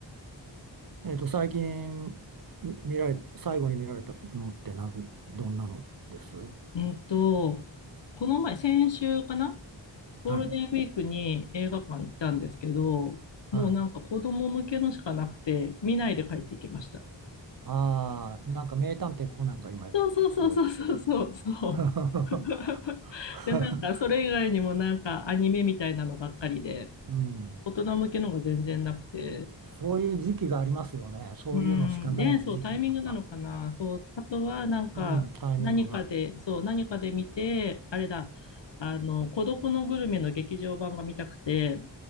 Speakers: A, on the right (about 50°); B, on the left (about 70°).
A: えっと、最近み見られ、最後に見られたのってなん、どんなのです
B: えっと、この前、先週かなゴールデンウィークに映画館行ったんですけど、
A: はい。
B: もうなんか子供向けのしかなくて、
A: はい。
B: 見ないで帰ってきました。
A: ああ、なんか名探偵コナンが今、
B: そうそうそうそうそうそうそう。
A: すごい人が。<laughs>
B: <laughs> で、なんかそれ以外にもなんかアニメみたいなのばっかりで、
A: うん。
B: 大人向けのが全然なくて、
A: そういう時期がありますよね。そういうのしかない時期とか、
B: うん、ね、そう、タイミングなのかな。そう、あとはなんか何かで、
A: うん、タイミングが。
B: そう、何かで見て、あれだ、あの、孤独のグルメの劇場版が見たくて、